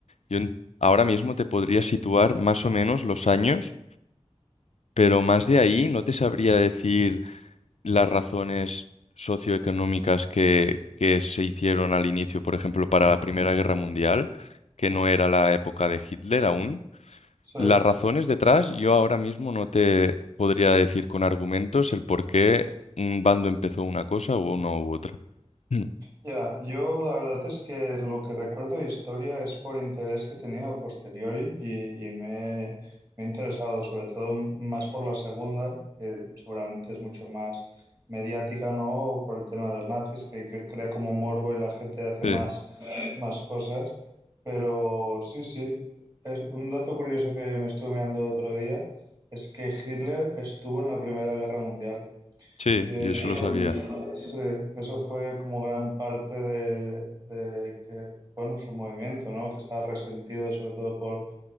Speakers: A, on the left; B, on the right.
A: Yo en- ahora mismo te podría situar más o menos los años, pero más de ahí no te sabría decir las razones socioeconómicas que, que se hicieron al inicio, por ejemplo, para la Primera Guerra Mundial, que no era la época de Hitler aún.
B: eh.
A: Las razones detrás, yo ahora mismo no te podría decir con argumentos el por qué un bando empezó una cosa u uno u otra. Mm.
B: Ya, yo la verdad es que lo que recuerdo de historia es por interés que he tenido a posteriori y, y me, he me he interesado, sobre todo más por la segunda, que seguramente es mucho más mediática, ¿no? Por el tema de los nazis, que, que crea como morbo y la gente hace
A: Sí,
B: más, más cosas. Pero sí, sí, es un dato curioso que me estuve mirando otro día es que Hitler estuvo en la Primera Guerra Mundial.
A: sí,
B: Y de
A: yo
B: hecho,
A: eso lo sabía.
B: sí, eso fue como gran parte de, de que, bueno, su movimiento, ¿no? Que estaba resentido sobre todo por,